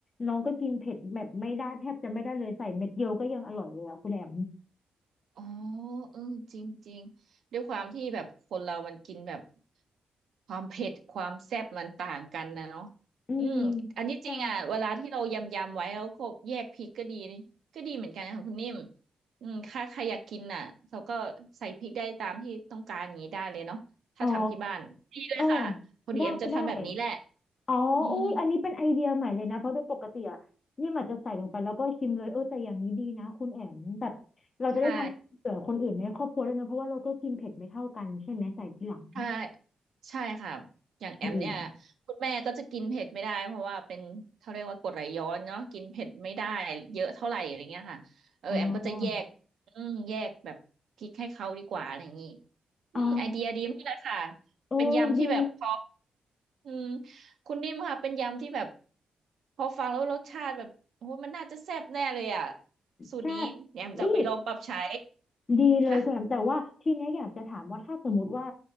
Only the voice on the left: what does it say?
น้องก็กินเผ็ดแบบไม่ได้แทบจะไม่ได้เลยใส่เม็ดเดียวก็ยังอร่อยเลยอะคุณแหนม
อืม
ใช่
อ๋ออ๋อได้ได้อ๋ออุ้ยอันนี้เป็นไอเดียใหม่เลยนะเพราะโดยปกติอะนี่มันจะใส่ลงไปแล้วก็ชิมเลยเออแต่อย่างนี้ดีนะคุณแอมแบบเราจะได้ทำเผื่อคนอื่นในครอบครัวด้วยนะเพราะว่าเราก็กินเผ็ดไม่เท่ากันใช่ไหมใส่ทีหลัง
อืม
อ๋อ
อ๋อ เออดี
ใช่นี่ดีเลยคุณแอม
แต่ว่าทีเนี้ยอยากจะถามว่าถ้าสมมติว่า